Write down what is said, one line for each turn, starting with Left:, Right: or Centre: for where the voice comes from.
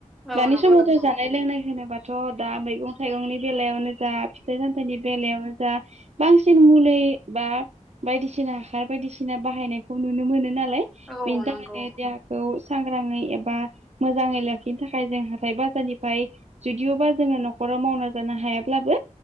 Centre: औ
Right: दानि
Centre: नंगौ
Right: समावथ'
Centre: नोंथां
Right: जानाय लोंनाय होनोबाथ' दा मैगं थाइगंनि बेलायावनो जा फिथाइ सामथाइनि बेलायावनो जा बांसिन मुलि बा बायदिसिना हासार बायदिसिना बाहायनायखौ नुनो मोनो नालाय
Centre: औ
Right: बेनि थाखाय
Centre: नंगौ
Right: औ सांग्राङै एबा मोजाङै लाखिनो थाखाय जों हाथाय बाजारनिफ्राय जुदिअबा जोङो न'खराव मावना जानो हायाब्लाबो